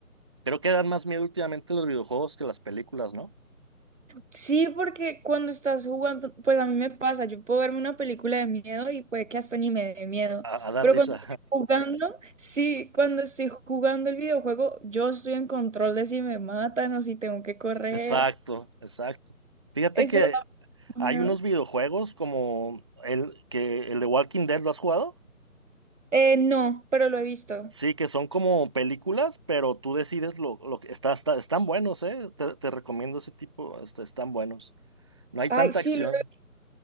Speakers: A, on the right; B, on the right.
A: Creo que dan más miedo últimamente los videojuegos que las películas, ¿no?
B: Sí, porque cuando estás jugando, pues a mí me pasa, yo puedo verme una película de miedo y puede que hasta ni me dé miedo,
A: A, a dar
B: pero
A: risa.
B: cuando estoy jugando, sí, cuando estoy jugando el videojuego, yo estoy en control de si me matan o si tengo que correr.
A: <laughs> Exacto, exacto. Fíjate
B: Eso
A: que
B: da
A: hay
B: miedo.
A: unos videojuegos como el que el de Walking Dead, ¿lo has jugado?
B: Eh, no, pero lo he visto.
A: Sí, que son como películas, pero tú decides lo, lo que está, está- están buenos, ¿eh? Te, te recomiendo ese tipo, este, están buenos. No hay
B: Ay,
A: tanta
B: sí,
A: acción.
B: lo he